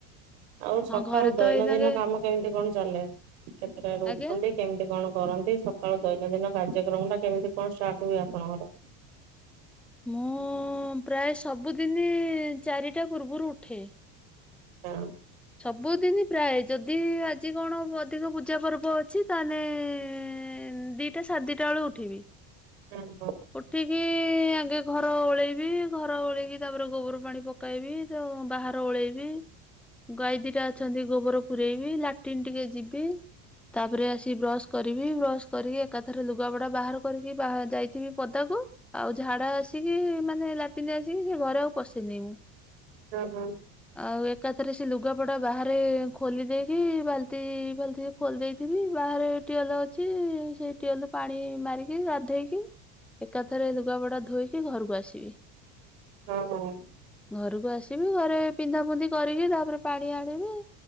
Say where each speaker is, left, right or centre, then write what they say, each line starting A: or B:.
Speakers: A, on the right; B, in the centre.
A: ଆଉ ସକାଳୁ
B: ହଁ ଘରେ
A: ଦୈନନ୍ଦିନ
B: ତ ଏଇନାକେ
A: କାମ କେମିତି କଣ ଚାଲେ କେତେଟାରୁ
B: ଆଜ୍ଞା
A: ଉଠନ୍ତି? କେମିତି କଣ କରନ୍ତି ସକାଳୁ ଦୈନନ୍ଦିନ କାର୍ଯ୍ୟକ୍ରମ ଟା କେମିତି କଣ ଷ୍ଟାର୍ଟ ହୁଏ ଆପଣଙ୍କର?
B: ମୁଁ ପ୍ରାୟ ଏ ସବୁଦିନି ଇ ଚାରିଟା ପୂର୍ବରୁ ଉଠେ
A: ହଁ।
B: ସବୁଦିନ ପ୍ରାୟ ଯଦି ଆଜି କଣ ଅଧିକ ପୂଜା ପର୍ବ ଅଛି ତାହେଲେ ଏ ଦିଟା ସାଢେ ଦିଟା ବେଳୁ ଉଠିବି।
A: ହଁ ହଁ।
B: ଉଠିକି ଇ ଆଗେ ଘର ଓଳେଇବି ଘର ଓଳେଇକି ତାପରେ ଗୋବର ପାଣି ପକ ପକାଇବି ତ ବାହାର ଓଳେଇବି ଗାଈ ଦିଟା ଅଛନ୍ତି ଗୋବର ପୁରେଇବି ଲାଟିନ୍ ଟିକେ ଯିବି ତାପରେ ଆସି ବ୍ରଶ କରିବି ବ୍ରଶ କରିକି ଏକାଥରେ ଲୁଗାପଟା ବାହାର କରିକି ଯାଇଥିବି ପଦାକୁ ଆଉ ଝାଡା ଆସିକି ମାନେ ଲାଟିନି ଆସିକି ସେ ଘରେ ଆଉ ପସେଇନାଇଁ ମୁଁ
A: ହଁ ହଁ।
B: ଆଉ ଏକାଥରେ ସେ ସେ ଲୁଗାପଟା ବାହାରେ ଖୋଲି ଦେଇକି ବାଲ୍ଟି ବାଲ୍ଟି ଖୋଲି ଦେଇଥିବି ବାହାରେ ଟିଅଲ୍ ଅଛି ସେଇ ଟିଏଲରୁ ପାଣି ମାରିକି ଗାଧୋଇକି ଏକାଥରେ ଲୁଗାପଡା ଧୋଇକି ଘରକୁ ଆସିବି।
A: ହଁ ହଁ।
B: ଘରକୁ ଆସିବି ଘରେ ପିନ୍ଧା ପୁନ୍ଧି କରିକି ତାପରେ ପାଣି ଆଣିବି,